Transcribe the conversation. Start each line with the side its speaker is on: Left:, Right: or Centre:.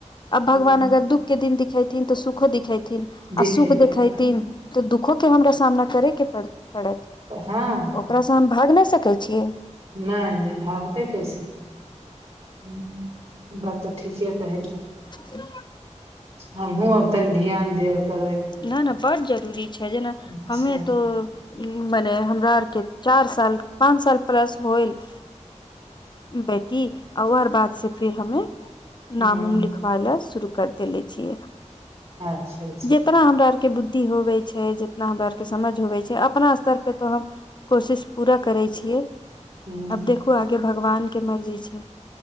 Left: अब भगवान
Right: हँ
Left: अगर दुःखके दिन देखेथिन तऽ सुखो देखेथिन, आ
Right: दिखेबे
Left: सुखके दिन देखेथिन
Right: करै
Left: तऽ दुःखो देखेथिन। तऽ दुःखोकेँ हमरा सामना करऽके पड़तै आब।
Right: हँ
Left: ओहिसँ हम भाग नहि सकै छियै।
Right: नहि, नहि भागतै, कैसै ठीके कहै छियै।
Left: <unintelligible>
Right: हमहूँ आब तनि ध्यान देबऽ करबै।
Left: नहि, बड्ड जरूरी छै, जेना
Right: अच्छा
Left: हम तऽ ओ मने हमरासँ चारि पाँच साल प्लस होयत। बेटीकेँ बादसँ फेर हम
Right: हूँ
Left: नाम लिखेबा लेल शुरू कऽ देने छियै।
Right: अच्छा अच्छा
Left: जतेक हमरा आरकेँ बुद्धि होइ छै, जतेक हमरा आरकेँ समझ होइ छै, अपना स्तर पर तऽ हम कोशिश पूरा करै छियै,
Right: हूँ
Left: आब देखू, आगाँ भगवानकेँ मर्जी छै।